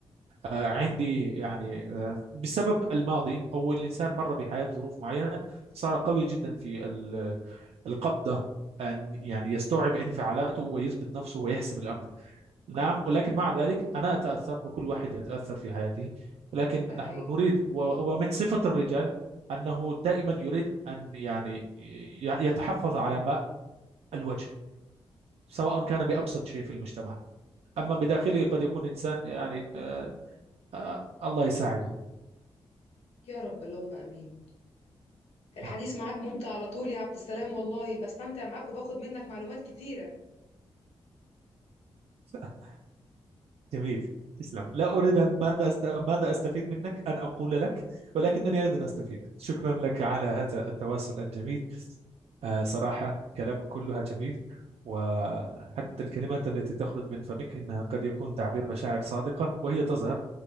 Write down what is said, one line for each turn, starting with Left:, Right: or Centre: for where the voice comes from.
Right: وعندي يعني آه، بسبب الماضي أو الإنسان مر بحياة ظروف معينة صار قوي جدا في ال- القبضة أن يعني يستوعب انفعالاته ويضبط نفسه ويحسم الأمر نعم ولكن مع ذلك أنا أتأثر وكل واحد يتأثر في حياته ولكن
Left: ده حقيقي
Right: نحن نريد و- ومن صفة الرجال أنه دائما يريد أن يعني ي- يتحفظ على ماء الوجه سواء كان بأبسط شيء في المجتمع أما بداخله قد يكون إنسان يعني آه، آه، الله يساعده
Left: يا رب اللهم امين الحديث
Right: نعم
Left: معاك ممتع على طول يا عبد السلام والله بستمتع معاك وباخد منك معلومات كتيرة
Right: <laughs> جميل تسلم لا أريد أن ماذا أست... ماذا أستفيد منك أن أقول لك ولكنني أيضا أستفيد شكرا لك على هذا التواصل الجميل آه، صراحة كلامك كلها جميل وحتى الكلمات التي تخرج من فمك إنها قد يكون تعبير مشاعر صادقة وهي تظهر